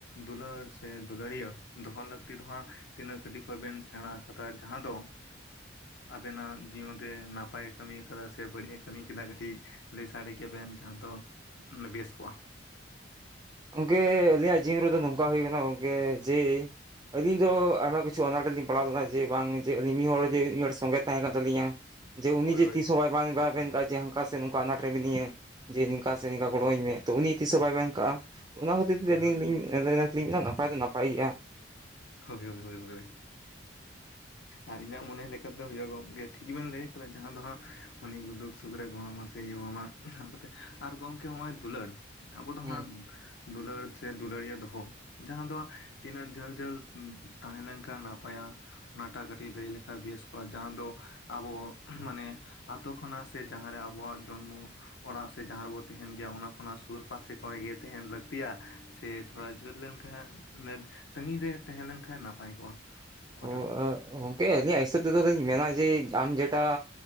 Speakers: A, on the left (about 65°); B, on the right (about 20°).
A: ᱫᱩᱞᱟᱹᱲ ᱥᱮ ᱫᱩᱞᱟᱹᱲᱤᱭᱟᱹ ᱫᱚᱦᱚ ᱞᱟᱹᱠᱛᱤ ᱫᱚ ᱦᱟᱸᱜ ᱛᱤᱱᱟᱹᱜ ᱠᱟᱹᱴᱤᱡ ᱠᱷᱚᱱ ᱵᱮᱱ ᱥᱮᱬᱟ ᱠᱟᱫᱟ ᱡᱟᱦᱟ ᱫᱚ ᱟᱵᱮᱱ ᱱᱟᱜ ᱡᱤᱭᱚᱱ ᱨᱮ ᱱᱟᱯᱟᱭᱮ ᱠᱟᱢᱤ ᱠᱟᱫᱟ ᱥᱮ ᱵᱟᱹᱲᱤᱡ ᱮ ᱠᱟᱹᱢᱤ ᱠᱟᱫᱟ ᱠᱟᱹᱴᱤᱡ ᱞᱟᱹᱭ ᱥᱟᱰᱮ ᱠᱮᱭᱟ ᱵᱮᱱ ᱡᱟᱦᱟ ᱫᱚ ᱵᱮᱥ ᱠᱚᱜᱼᱟ?
B: ᱜᱚᱢᱠᱮ ᱟᱞᱤᱧᱟᱜ ᱡᱤᱭᱚᱱ ᱨᱮᱫᱚ ᱱᱚᱝᱠᱟ ᱦᱩᱭ ᱠᱟᱱᱟ ᱜᱚᱢᱠᱮ ᱡᱮ ᱟᱹᱞᱤᱧ ᱫᱚ ᱟᱭᱢᱟ ᱠᱤᱪᱷᱩ ᱟᱱᱟᱴ ᱨᱮᱞᱤᱧ ᱯᱟᱲᱟᱣ ᱞᱮᱱᱟ ᱡᱮ ᱵᱟᱝ ᱡᱮ ᱟᱹᱞᱤᱧ ᱢᱤᱫ ᱦᱚᱲ ᱡᱮ ᱢᱤᱫ ᱦᱚᱲ ᱥᱚᱝᱜᱮ ᱛᱟᱦᱮ ᱠᱟᱱ ᱛᱟᱹᱞᱤᱧᱟ ᱡᱮ ᱩᱱᱤ
A: ᱦᱳᱭ
B: ᱡᱮ
A: ᱦᱳᱭ
B: ᱛᱤᱥ ᱦᱚᱸ ᱵᱟᱭ ᱵᱟᱝ ᱵᱟ ᱢᱮᱱ ᱫᱟ ᱡᱮ ᱦᱟᱱᱠᱟ ᱥᱮ ᱱᱚᱝᱠᱟ ᱟᱱᱟᱴ ᱨᱮ ᱢᱤᱱᱟᱹᱧᱟᱹ, ᱡᱮ ᱱᱤᱝᱠᱟ ᱥᱮ ᱱᱤᱝᱠᱟ
A: ᱦᱳᱭ
B: ᱜᱚᱲᱚ ᱟᱹᱧ ᱢᱮ ᱛᱚ ᱩᱱᱤ ᱛᱤᱥ ᱦᱚ ᱵᱟᱭ ᱢᱮᱱ ᱠᱟᱜᱼᱟ ᱚᱱᱟ ᱠᱷᱟᱹᱛᱤᱨ ᱛᱮ
A: ᱦᱳᱭ
B: ᱟᱹᱞᱤᱧ ᱞᱤᱧ ᱞᱟᱹᱭ ᱮᱜᱼᱟ ᱱᱟᱯᱟᱭ ᱫᱚ ᱱᱟᱯᱟᱭ ᱜᱮᱭᱟ ᱾
A: ᱦᱳᱭ ᱦᱳᱭ ᱦᱳᱭ ᱟᱨ ᱤᱧᱟᱹᱜ ᱢᱚᱱᱮ ᱞᱮᱠᱟ ᱛᱮᱫᱚ ᱦᱳᱭᱳᱜ ᱜᱚᱢᱠᱮ ᱴᱷᱤᱠ ᱜᱮᱵᱮᱱ ᱞᱟᱹᱭ ᱠᱟᱫᱟ ᱡᱟᱸᱦᱟ ᱫᱚ ᱦᱟᱸᱜ ᱩᱱᱤ ᱫᱩᱠᱷ ᱥᱩᱠ ᱨᱮ ᱜᱚᱲᱚᱢᱟ ᱥᱮ ᱤᱭᱟᱹᱣ ᱢᱟ ᱟᱨ ᱱᱚᱛᱮ ᱟᱨ ᱜᱚᱢᱠᱮ ᱦᱚᱸᱜᱼᱚᱭ ᱫᱩᱞᱟᱹᱲ ᱟᱵᱚ ᱫᱚ
B: ᱦᱩᱸ
A: ᱦᱟᱸᱜ ᱫᱩᱞᱟᱹᱲ ᱥᱮ ᱫᱩᱞᱟᱹᱲᱤᱭᱟᱹ ᱫᱚᱦᱚ ᱡᱟᱦᱟ ᱫᱚ ᱛᱤᱱᱟᱹᱜ ᱡᱷᱟᱹᱞ ᱡᱟᱹᱞ ᱛᱟᱦᱮ ᱞᱮᱱᱠᱷᱟᱱ ᱱᱟᱯᱟᱭᱟ ᱚᱱᱟᱴᱟᱜ ᱠᱟᱹᱴᱤᱡ ᱞᱟᱹᱭ ᱞᱮᱠᱷᱟᱡ ᱵᱮᱥ ᱠᱚᱜᱼᱟ ᱡᱟᱦᱟ ᱫᱚ ᱟᱵᱚ ᱢᱟᱱᱮ ᱟᱛᱳ ᱠᱷᱚᱱᱟᱜ ᱥᱮ ᱡᱟᱸᱦᱟᱨᱮ ᱟᱵᱚᱣᱟᱜ ᱡᱚᱱᱢᱚ ᱚᱲᱟᱜ ᱥᱮ ᱡᱟᱦᱟ ᱨᱮᱵᱚ ᱛᱟᱦᱮᱱ ᱜᱮᱭᱟ ᱚᱱᱟ ᱠᱷᱚᱱᱟᱜ ᱥᱩᱨ ᱯᱟᱥᱮ ᱠᱚᱨᱮ ᱜᱮ ᱛᱟᱦᱮᱱ ᱞᱟᱹᱠᱛᱤᱭᱟ ᱥᱮ ᱛᱷᱚᱲᱟ ᱡᱷᱟᱹᱞ ᱞᱮᱱᱠᱷᱟᱡ ᱥᱟᱺᱜᱤᱧ ᱨᱮ ᱛᱟᱦᱮ ᱞᱮᱱᱠᱷᱟᱱ ᱱᱟᱯᱟᱭ ᱠᱚᱜᱼᱟ᱾ ᱚᱠᱟᱴᱟᱜ
B: ᱚ ᱜᱚᱢᱠᱮ ᱟᱹᱞᱤᱧᱟᱜ ᱦᱤᱥᱟᱹᱵᱽ ᱛᱮᱫᱚ ᱞᱤᱧ ᱢᱮᱱᱟ ᱡᱮ ᱟᱢ ᱡᱮᱴᱟ